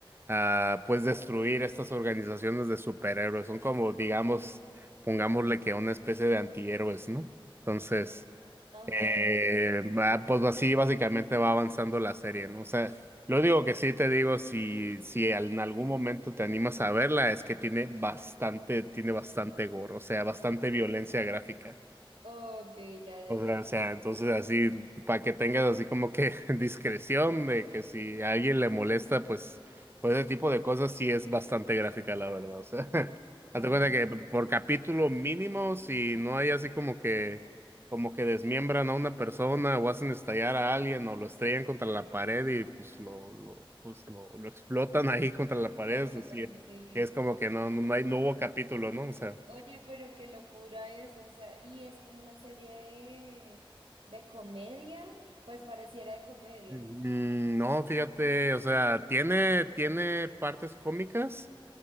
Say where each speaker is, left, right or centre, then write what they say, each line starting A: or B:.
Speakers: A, on the right; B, on the right.
A: a pues destruir estas organizaciones de superhéroes. Son como, digamos, pongámosle que una especie de antihéroes, ¿no? Entonces,
B: ajá.
A: eh, va- pues así básicamente va avanzando la serie, ¿no? O sea, lo único que sí te digo, si, si al- en algún momento te animas a verla, es que tiene bastante, tiene bastante gore, o sea, bastante violencia gráfica.
B: Ok, ya, ya,
A: O
B: ya.
A: sea, o sea, entonces así, para que tengas así como que <laughs> discreción de que si a alguien le molesta, pues, pues ese tipo de cosas sí es bastante gráfica, la verdad. O sea, <laughs>
B: Claro.
A: hazte cuenta que por capítulo mínimo, si no hay así como que, como que desmiembran a una persona o hacen estallar a alguien o lo estrellan contra la pared y pues lo, lo, pues lo, lo explotan ahí contra la pared,
B: Robots,
A: es decir,
B: sí.
A: es como que no, no no hay, no hubo capítulo, ¿no? O sea.
B: Oye, pero qué locura eso, o sea, y es como una serie de, de comedia, pues pareciera de comedia.
A: Mm, No, fíjate, o sea, tiene, tiene partes cómicas,